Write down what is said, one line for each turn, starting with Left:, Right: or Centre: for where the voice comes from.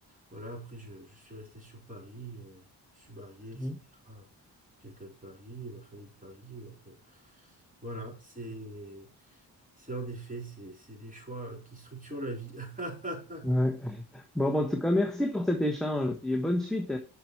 Right: voilà, après, je, je suis resté sur Paris, euh, je suis marié, etc.
Centre: ouais,
Right: Quelqu'un de Paris, ma famille de Paris, donc euh, voilà, c'est, c'est en effet, c'est, c'est des choix qui structurent la vie. <laughs>
Centre: ouais, ouais. Bon, en tout cas, merci pour cet échange et bonne suite.